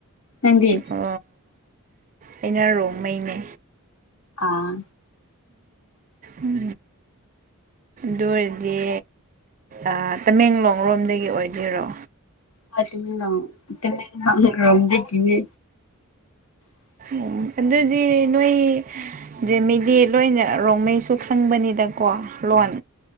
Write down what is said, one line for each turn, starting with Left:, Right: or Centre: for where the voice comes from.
Left: ꯅꯪꯗꯤ
Right: ꯑꯣ ꯑꯩꯅ ꯔꯣꯡꯃꯩꯅꯦ
Left: ꯑꯥ
Right: ꯎꯝ ꯗꯨꯑꯣꯏꯔꯗꯤ ꯑ ꯇꯃꯦꯡꯂꯣꯡ ꯔꯣꯝꯗꯒꯤ ꯑꯣꯏꯗꯣꯏꯔꯣ
Left: ꯍꯣꯏ ꯇꯃꯦꯡꯂꯣꯡ ꯇꯃꯦꯡꯂꯣꯡ ꯑꯟꯗꯔ ꯒꯔꯥꯎꯟꯗꯒꯤꯅꯦ <inaudible>
Right: ꯎꯝ ꯑꯗꯨꯗꯤ ꯅꯣꯏ ꯖꯦꯃꯤꯗꯤ ꯂꯣꯏꯅ ꯔꯣꯡꯃꯩꯁꯨ ꯈꯪꯕꯅꯤꯗꯀꯣ ꯂꯣꯟ